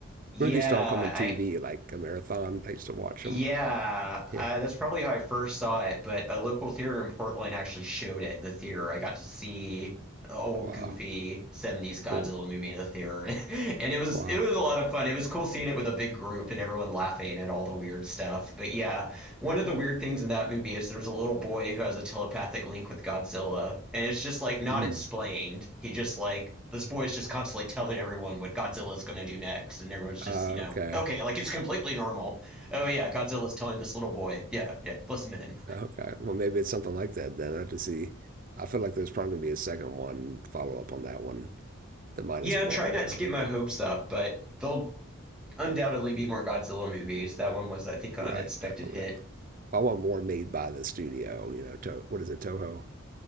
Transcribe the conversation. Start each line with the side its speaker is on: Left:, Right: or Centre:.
Centre: Yeah,
Right: Remember they used to all come on TV
Centre: I
Right: like a marathon? I used to watch them.
Centre: Yeah,
Right: Yeah.
Centre: uh, that's probably how I first saw it, but a local theater in Portland actually showed it in the theater. I got to see the old
Right: Wow.
Centre: goofy 70s Godzilla
Right: Full.
Centre: movie in the theater. <laughs> And it was
Right: Wow.
Centre: it was a lot of fun. It was cool seeing it with a big group and everyone laughing at all the weird stuff. But yeah, one of the weird things in that movie is there's a little boy who has a telepathic link with Godzilla, and it's just like not
Right: Mm.
Centre: explained. He just like this boy is just constantly telling everyone what Godzilla's gonna do next, and everyone's just,
Right: Uh,
Centre: you know,
Right: okay.
Centre: okay, like it's completely normal. Oh yeah, Godzilla's telling this little boy. Yeah, yeah, listen to him.
Right: Okay. Well, maybe it's something like that then. I have to see. I feel like there's probably gonna be a second one follow up on that one. The minus
Centre: Yeah,
Right: one.
Centre: I'm trying not to
Right: That
Centre: get
Right: would
Centre: my hopes up, but there'll undoubtedly be more Godzilla movies. That one was, I think, an
Right: right.
Centre: unexpected
Right: Definitely.
Centre: hit.
Right: I want more made by the studio. You know, to, what is it, Toho